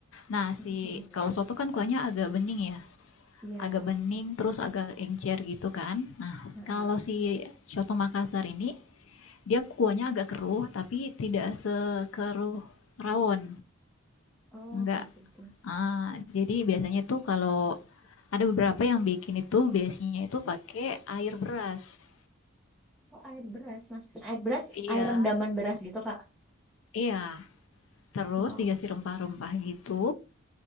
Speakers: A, on the left; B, in the centre.
A: Nah,
B: Mm-mm.
A: si kalau soto kan kuahnya agak bening ya.
B: Iya.
A: Agak bening terus agak encer gitu kan. Nah,
B: heeh.
A: kalau si Coto Makassar ini dia kuahnya agak keruh tapi tidak sekeruh rawon.
B: Oh,
A: Enggak.
B: oke oke oke.
A: Ah, jadi biasanya tuh kalau ada beberapa yang bikin itu biasanya itu pakai air beras.
B: Oh, air beras, maksudnya air beras,
A: Iya,
B: air rendaman beras gitu Kak.
A: iya. Terus
B: Wow.
A: dikasih rempah-rempah gitu.